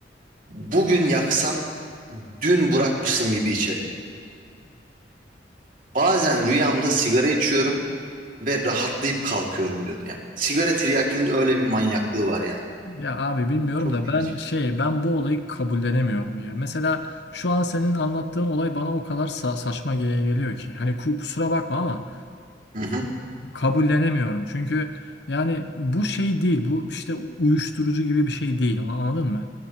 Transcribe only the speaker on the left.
Ya abi bilmiyorum
da
ben şey ben bu olayı kabullenemiyorum ya. Mesela şu an senin anlattığın olay bana o kadar sa- saçma ge- geliyor ki. Hani ku- kusura bakma ama
e, kabullenemiyorum. Çünkü yani bu şey değil. Bu işte uyuşturucu gibi bir şey değil. an- Anladın mı?